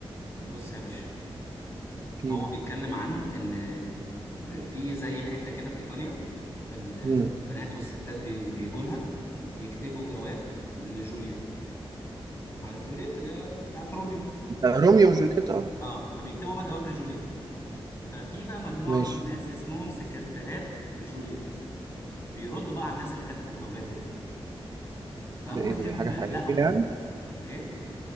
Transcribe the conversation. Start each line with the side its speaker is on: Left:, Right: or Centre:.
Left: بص يا باشا
Right: احكي
Left: هو
Right: لي
Left: بيتكلم عن ان آه، في زي حتة كده في ايطاليا البنات
Right: مم.
Left: والستات بي- بيجوا لها يكتبوا جواب لجوليت عارف جوليت اللي هي بتاعت روميو
Right: ده روميو وجولييت اه
Left: اه فبيكتبوا بقى جواب لجوليت ففي بقى مجموعة
Right: ماشي
Left: من الناس اسمهم سكرتيرات جوليت بيردوا بقى على الناس اللي كتبوا الجوابات ديت فالمهم
Right: ده ايه ده دي حاجة حقيقية
Left: لقوا
Right: يعني
Left: ايه